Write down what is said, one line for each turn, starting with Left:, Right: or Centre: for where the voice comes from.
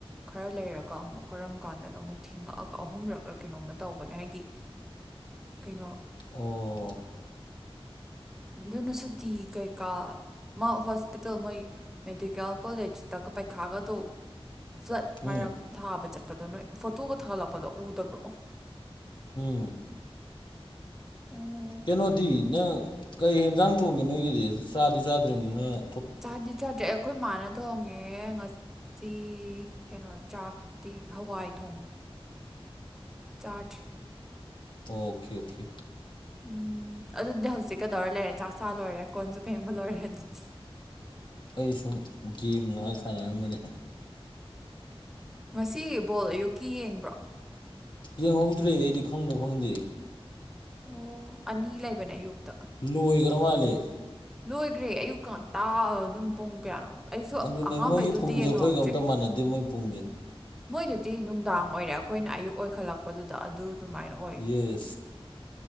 Centre: ꯈꯔ ꯂꯩꯔꯒ ꯑꯃꯨꯛ ꯀꯔꯝ ꯀꯥꯟꯗꯅ ꯑꯃꯨꯛ ꯊꯦꯡꯉꯛꯑꯒ ꯑꯍꯨꯝꯔꯛꯂ ꯀꯩꯅꯣꯝꯃ ꯇꯧꯕꯅꯦ ꯍꯥꯏꯗꯤ ꯀꯩꯅꯣ
Left: ꯑꯣ
Centre: ꯑꯗꯨꯅ ꯁꯨꯇꯤ ꯀꯩꯀꯥ ꯃꯥ ꯍꯣꯁꯄꯤꯇꯥꯜ ꯃꯣꯏ ꯃꯦꯗꯤꯀꯦꯜ ꯀꯣꯂꯦꯖꯇꯒ ꯄꯥꯏꯈꯥꯒꯗꯧ ꯐ꯭ꯂꯠ
Left: ꯎꯝ
Centre: ꯃꯥꯏꯔꯛ ꯊꯥꯕ ꯆꯠꯄꯗꯣ ꯅꯣꯏ ꯐꯣꯇꯣꯒ ꯊꯥꯒꯠꯂꯛꯄꯗꯣ ꯎꯗꯕ꯭ꯔꯣ
Left: ꯎꯝ
Centre: ꯎꯝ
Left: ꯀꯩꯅꯣꯗꯤ ꯅꯪ ꯀꯩ ꯍꯦꯟꯖꯥꯡ ꯊꯣꯡꯒꯦ ꯅꯣꯏꯒꯤꯗꯤ ꯆꯥꯗꯤ ꯆꯥꯗ꯭ꯔꯤꯕꯅꯤꯅꯪ
Centre: ꯆꯥꯗꯤ ꯆꯗ ꯑꯩꯈꯣꯏ ꯃꯥꯅ ꯊꯣꯡꯉꯦ ꯉꯁꯤꯤ ꯀꯩꯅꯣ ꯆꯥꯛꯇꯤ ꯍꯋꯥꯏ ꯊꯣꯡꯕ ꯆꯥꯠ
Left: ꯑꯣꯀꯦ ꯑꯣꯀꯦ
Centre: ꯎꯝ ꯑꯗꯨꯗꯤ ꯍꯧꯖꯤꯛ ꯀꯩꯗꯧꯔ ꯂꯩꯔꯦ ꯆꯥꯛ ꯆꯥ ꯂꯣꯏꯔꯦ ꯀꯣꯟꯁꯨ ꯐꯦꯡꯕ ꯂꯣꯏꯔꯦ ꯑꯗꯨꯗꯤ
Left: ꯑꯩ ꯁꯨꯝ ꯒꯦꯝ ꯉꯥꯏꯍꯥꯛ ꯁꯥꯟꯅꯔꯝꯕꯅꯦ
Centre: ꯉꯁꯤ ꯕꯣꯜ ꯑꯌꯨꯛꯀꯤ ꯌꯦꯡꯕ꯭ꯔꯣ
Left: ꯌꯦꯡꯍꯧꯗ꯭ꯔꯦ ꯑꯩꯗꯤ ꯈꯪꯕ ꯈꯪꯗꯦ
Centre: ꯑꯣ ꯑꯅꯤ ꯂꯩꯕꯅꯦ ꯑꯌꯨꯛꯇ
Left: ꯂꯣꯏꯈ꯭ꯔ ꯃꯥꯜꯜꯂꯤꯦ
Centre: ꯂꯣꯏꯈ꯭ꯔꯦ ꯑꯌꯨꯛ ꯉꯇꯥ ꯑꯗꯨꯝ ꯄꯨꯡ ꯀꯌꯥꯅꯣ ꯑꯩꯁꯨ
Left: ꯑꯗꯨꯅꯦ
Centre: ꯑꯍꯥꯝꯕꯩꯗꯨꯗꯤ
Left: ꯃꯣꯏꯒꯤ ꯄꯨꯡꯁꯦ
Centre: ꯌꯦꯡꯍꯧꯗ꯭ꯔꯦ
Left: ꯑꯩꯈꯣꯏꯒ ꯑꯝꯇ ꯃꯥꯟꯅꯗꯦ ꯃꯣꯏ ꯄꯨꯡꯁꯦ
Centre: ꯃꯣꯏꯗꯨꯗꯤ ꯅꯨꯡꯗꯥꯡ ꯑꯣꯏꯔꯦ ꯑꯩꯈꯣꯏꯅ ꯑꯌꯨꯛ ꯑꯣꯏꯈꯠꯂꯛꯄꯗꯨꯗ ꯑꯗꯨ ꯑꯗꯨꯃꯥꯏꯅ ꯑꯣꯏ
Left: ꯌꯦ